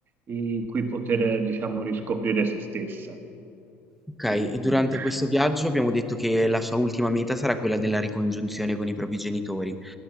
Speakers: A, on the right (about 40°); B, in the centre.
A: in cui poter, diciamo, riscoprire se stessa.
B: Ok, e
A: Ehm,
B: durante questo viaggio abbiamo detto che la sua ultima meta sarà quella della ricongiunzione con i propri genitori.